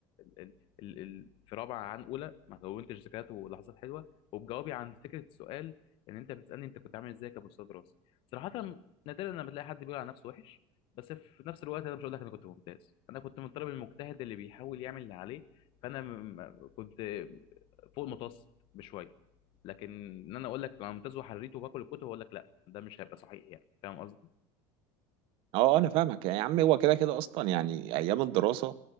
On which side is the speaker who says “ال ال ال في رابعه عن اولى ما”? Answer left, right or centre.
Left